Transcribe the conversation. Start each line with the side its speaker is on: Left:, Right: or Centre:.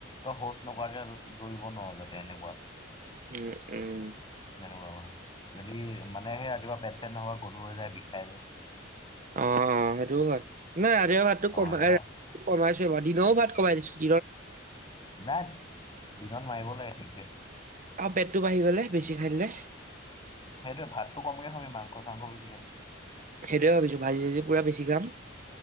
Left: তই শৌচ নকাৰাকে দৌৰিব নোৱাৰো যাতে এনেকুৱা।
Right: উম উম।
Left: সেনেকুৱা কৰা যদি মানে সেই ৰাতিপুৱা পেট চেট <unintelligible> গধুৱ হৈ যায় বিষাই যায়।
Right: অ অ সেইটো হয় নাই ৰাতিৰ ভাতটো
Left: অ
Right: কমাই
Left: সেইকাৰণে
Right: কমাইছো বাৰু দিনৰ ও ভাত কমাই দিছোঁ।
Left: নাই দিনত মাৰিব লাগে ঠিককে।
Right: অ পেটটো বাঢ়ি গ'লে বেছি খাই দিলে।
Left: সেইটোৱে ভাতটো কমকে খাবি মাংস চাংস বছি খাবি।
Right: সেইটোৱে ভাবিছোঁ ভাজি চাজি পুৰা বেছি খাম।